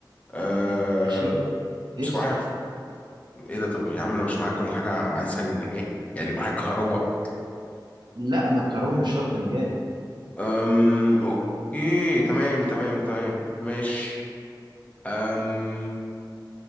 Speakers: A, on the left; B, on the right.
A: آه،
B: بالنجاة ماشي يفصل
A: بصراحة ف- ايه ده طب يا عم انا مش معايا كل حاجة عايزها للنجاة يعني معايا كهرباء
B: لا ما الكهرباء مش شرط نجاة
A: أم... اوكي تمام تمام تمام ماشي أم...